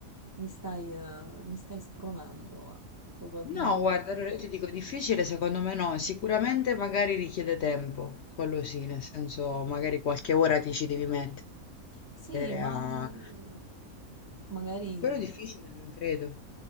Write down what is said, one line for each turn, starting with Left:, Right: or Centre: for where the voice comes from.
Right: mi stai, eh, mi stai spronando, eh, probabilmente.
Left: No, guarda, allora io ti dico difficile, secondo me no, sicuramente magari richiede tempo, quello sì, nel senso magari qualche ora ti ci devi mettere
Right: Sì,
Left: a...
Right: ma mm, magari,
Left: Però difficile non credo.